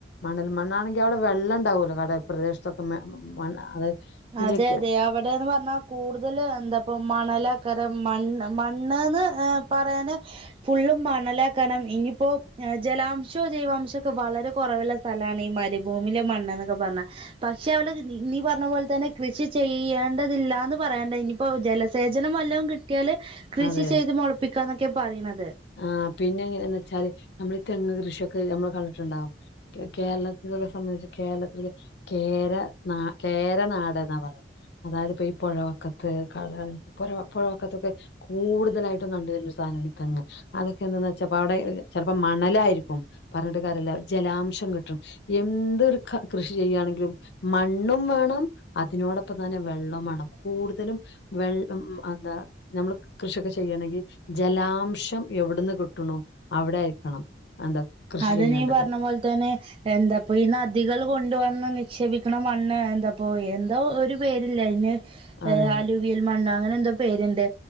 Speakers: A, on the left; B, on the right.
A: മണൽ മണ്ണാണെങ്കി അവിടെ വെള്ളം ഇണ്ടാവൂല്ലോ കടൽ പ്രദേശത്തൊക്കെ മ മണ്ണ് അത് പിന്നെ
B: അതെ അതെ അവിടേന്ന് പറഞ്ഞാ കൂടുതല് എന്താപ്പോ മണലാക്കാരം മണ്ണ് മണ്ണ്ന്ന് ഏഹ് പറയാന് ഫുള്ളും മണലേക്കാരം ഇനിപ്പോ ഏഹ് ജലാംശോ ജൈവാംശോക്കെ വളരെ കൊറവിള്ള സ്ഥലാണ് ഈ മരിഭൂമിലെ മണ്ണ്ന്നൊക്കെ പറഞ്ഞാ പക്ഷെ അവടേ നീ പറഞ്ഞ പോലെ തന്നെ കൃഷി ചെയ്യേണ്ടതില്ലാന്ന് പറയണ്ട ഇനിപ്പോ ജലസേചനം വല്ലതും കിട്ടിയാല് കൃഷി
A: അതെ
B: ചെയ്ത് മൊളപ്പിക്കാന്നൊക്കെ പറീണത്
A: ആഹ് പിന്നെ എങ്ങനേന്ന് വെച്ചാല് നമ്മളീ തെങ്ങ് കൃഷിയൊക്കെ ഞമ്മള് കണ്ടിട്ടുണ്ടാവും കേ കേരളത്തിലൊക്കെ സംബന്ധിച്ച് കേരളത്തില് കേര നാ കേരനാട്ന്നാ പറയാ അതായത് ഇപ്പോ ഈ പൊഴവക്കത്ത് കാ പൊഴ പൊഴവക്കത്തൊക്കെ കൂടുതലായിട്ടും കണ്ട് വര്ന്ന ഒരു സാനാണ് ഈ തെങ്ങ് അതൊക്കെ എന്താന്ന് വെച്ച ഇപ്പൊവടെ ചെൽപ്പോ മണലായിരിക്കും പറഞ്ഞിട്ട് കാര്യല്ല ജലാംശം കിട്ടും എന്തൊരു കാ കൃഷി ചെയ്യാണെങ്കിലും മണ്ണും വേണം അതിനോടൊപ്പം തന്നെ വെള്ളോം വേണം കൂടുതലും വെള്ളം എന്താ ഞമ്മള് കൃഷിയൊക്കെ ചെയ്യണെങ്കി ജലാംശം എവിട്ന്ന് കിട്ടുണൂ അവിടെ ആയിരിക്കണം എന്താ കൃഷി
B: അത്
A: ചെയ്യേണ്ടത്
B: നീ പർഞ്ഞ പോൽതന്നെ എന്താപ്പോ ഈ നദികള് കൊണ്ട് വന്ന് നിക്ഷേപിക്കണ മണ്ണ് എന്താപ്പോ എന്തോ ഒരു പേരില്ലേ അയിന്
A: അതെ
B: ഏഹ് ആലുവിയൽ മണ്ണോ അങ്ങനെന്തോ പേര്ണ്ട്